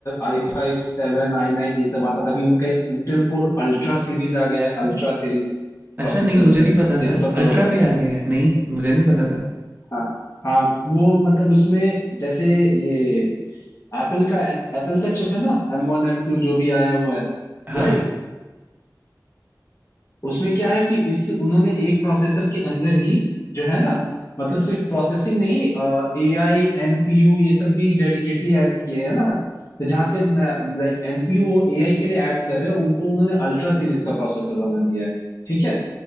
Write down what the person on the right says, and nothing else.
अच्छा
नहीं मुझे नहीं
पता
था
अल्ट्रा
भी आ गया है नहीं मुझे नहीं पता था
हाँ